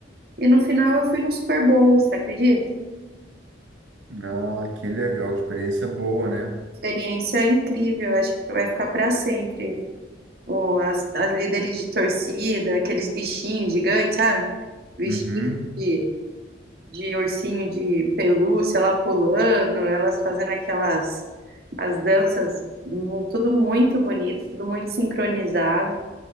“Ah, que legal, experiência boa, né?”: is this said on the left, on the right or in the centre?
Right